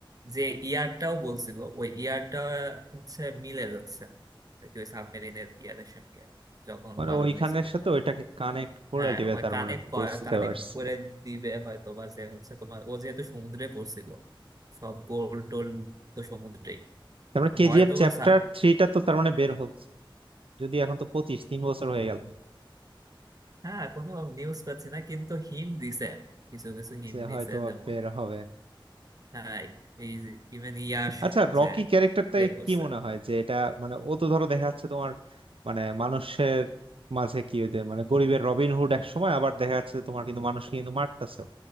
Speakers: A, on the right; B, on the right.
A: যে ইয়ারটাও বলছিল ওই ইয়ারটা হচ্ছে মিলে যাচ্ছে আর কি ওই সাবমেরিনের ইয়ারের সঙ্গে যখন
B: মানে
A: বানানো
B: ওইখানের
A: হয়েছিল
B: সাথে ওইটাকে কানেক্ট করে
A: হ্যাঁ
B: দিবে
A: মানে
B: তার
A: কানেক্ট
B: মানে বুঝতে
A: কানেক্ট
B: পারছি
A: করে দিবে হয়তো বা যে হচ্ছে তোমার ও যেহেতু সমুদ্রে পড়ছিল সব গোল টোল তো সমুদ্রেই
B: তারপরে
A: তো
B: কেজিএফ
A: হয়তো
B: চ্যাপ্টার
A: বা সাব
B: থ্রিটা তো তার মানে বের হচ্ছে যদি এখন তো পঁচিশ তিন বছর হয়ে গেল
A: হ্যাঁ কোনো নিউজ পাচ্ছি না কিন্তু হিন্ট দিছে কিছু কিছু হিন্ট
B: যে
A: দিছে
B: হয়তো
A: যেমন
B: বের হবে
A: হ্যাঁ এই যে ইভেন ইয়াশ
B: আচ্ছা রকি
A: যে
B: ক্যারেক্টারটা
A: প্লে করছে
B: কি মনে হয় যে এটা মানে ও তো ধরো দেখা যাচ্ছে তোমার মানে মানুষের মাঝে কি ওই যে মানে গরিবের রবিনহুড এক সময় আবার দেখা যাচ্ছে যে তোমার কিন্তু মানুষ কিন্তু মারতেছে